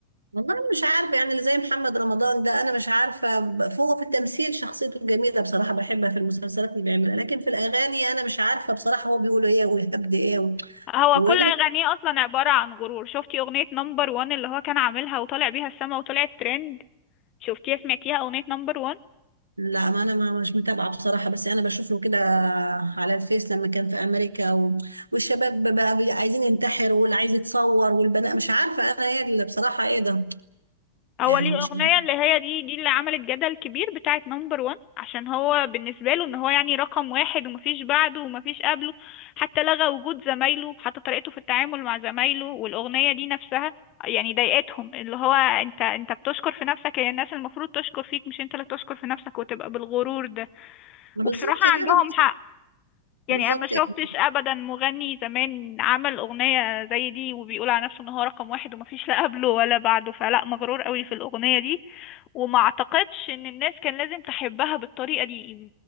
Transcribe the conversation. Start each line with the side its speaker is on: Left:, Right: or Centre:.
Right: والله أنا مش عارفة يعني اللي زي محمد رمضان ده أنا مش عارفة فهو في التمثيل شخصيته جميلة بصراحة بحبها في المسلسلات اللي بيعملها لكن في الأغاني أنا مش عارفة بصراحة هو بيقول ايه ويهبد ايه و-
Left: هو
Right: وايه
Left: كل اغانيه اصلا عباره عن غرور شفتي اغنيه نمبر وان اللي هو كان عاملها وطالع بيها السما وطلعت ترند شفتيها سمعتيها اغنيه نمبر وان
Right: لا ما انا ما مش متابعه بصراحه بس انا بشوف له كده على الفيس لما كان في امريكا و... والشباب بقى بي- عايزين ينتحر واللي عايز يتصور والبنات مش عارفه انا ايه اللي بصراحه ايه ده
Left: هو
Right: يعني
Left: ليه
Right: مش
Left: اغنيه
Right: عارفة.
Left: اللي هي دي دي اللي عملت جدل كبير بتاعه نمبر وان عشان هو بالنسبه له ان هو يعني رقم واحد ومفيش بعده ومفيش قبله حتى لغى وجود زمايله حتى طريقته في التعامل مع زمايله والاغنيه دي نفسها يعني ضايقتهم اللي هو انت انت بتشكر في نفسك هي الناس المفروض تشكر فيك مش انت اللي تشكر في نفسك وتبقى بالغرور ده
Right: بالظبط
Left: وبصراحه
Right: كده
Left: عندهم حق يعني
Right: بالظبط
Left: انا ما شفتش
Right: يعني.
Left: ابدا مغني زمان عمل اغنيه زي دي وبيقول على نفسه ان هو رقم واحد ومفيش لا قبله ولا بعده فلا مغرور قوي في الاغنيه دي وما اعتقدش ان الناس كان لازم تحبها بالطريقه دي